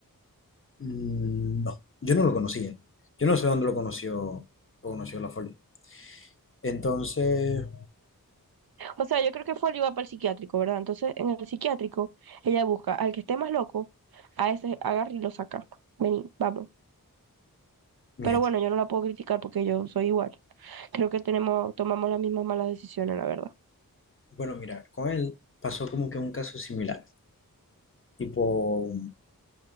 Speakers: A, on the left; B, on the right.
A: Mm, No, yo no lo conocía. Yo no sé dónde lo conoció, lo conoció La Folia. Entonces,
B: O sea, yo creo que fue él iba para el psiquiátrico, ¿verdad? Entonces, en el psiquiátrico, ella busca al que esté más loco, a ese agarra y lo saca. Vení, vamos.
A: mija,
B: Pero bueno, yo no la puedo criticar porque yo soy igual. Creo que tenemos, tomamos las mismas malas decisiones, la verdad.
A: bueno, mira, con él pasó como que un caso similar. Tipo,